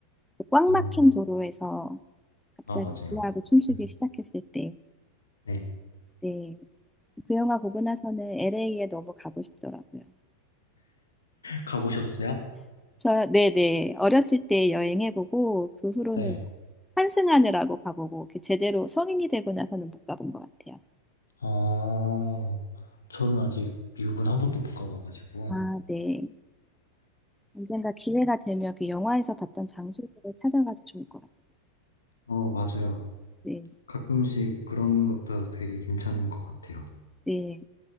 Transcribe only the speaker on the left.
음,
아, 맞아요.
음,
네.
가보셨어요?
네.
어, 저는 아직 미국은 한 번도 못 가봐가지고,
어, 맞아요.
가끔씩 그런 것도 되게 괜찮은 것 같아요.